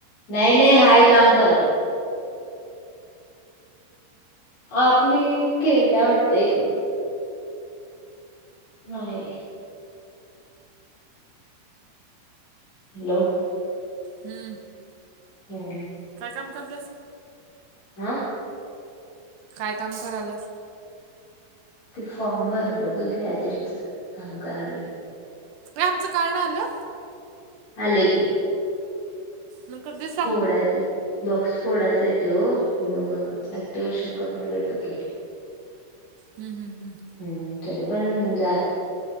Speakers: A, on the left (about 35°); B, on the right (about 65°).
A: नाही नाही हाय काम चालू हाय. आतली केल्या वाटते एक नाही. हॅलो.
B: हम्म.
A: हम्म हम्म.
B: काय काम करालीयास?
A: हा.
B: काय काम करालास?
A: ते फॉर्म भरलं होतं, गॅजेटच काम करालोय.
B: <unintelligible> आमचं कार्ड आलं?
A: आले की.
B: मग कधीच
A: फोडायचं आहे बॉक्स फोडायच आहे तो, मग ऍक्टिवेशन करून देतो की.
B: हम्म हम्म हम्म.
A: हम्म. तरी पण जायाचं.